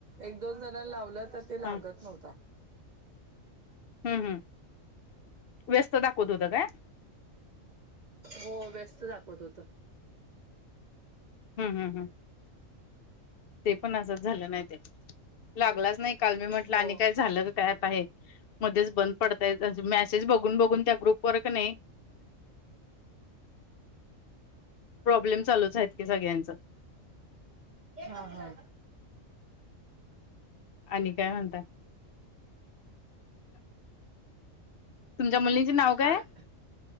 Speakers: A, on the right; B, on the left.
A: एक दोन जण लावलं तर ते लागत
B: ह
A: नव्हता.
B: हम्म हम् व्यस्त दाखवत होत काय....?
A: हो व्यस्त दाखवत होत.
B: हम् हम् हं ते पण असंच झालं नाही ते लागलाच नाही काल मी म्हटलं
A: हो.
B: आणि काय झालं काय आत आहे. मध्येच बंद पडताय मॅसेज बघून बघून त्या ग्रुप वर कना प्रॉब्लेम चालूच आहेत की सगळ्यांच.
A: हा हा
B: आणि काय म्हणताय. तुमच्या मुलींचे नाव काय
A: हा.
B: आहे...?